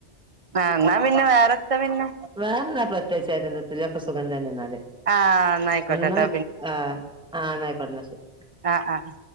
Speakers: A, on the right; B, in the centre.
A: എന്നാ പിന്നെ വേറെത്താ പിന്നെ?
B: വേറെന്താ, പ്രത്യേകിച്ച് <unintelligible> ഇപ്പൊ ഇല്ല. സുഖം തന്നെ എന്നാല്.
A: ആ എന്നായിക്കോട്ടെട്ടോ
B: ന്നായിക്ക് ആഹ് ആഹ് ന്നാ ആയിക്കോട്ടെന്നാ ശരി.
A: ആഹ് ആഹ്